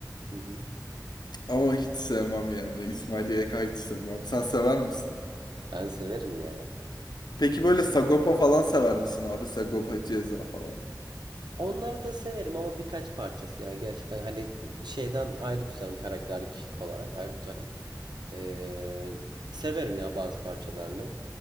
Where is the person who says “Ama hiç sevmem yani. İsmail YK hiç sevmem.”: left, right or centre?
Left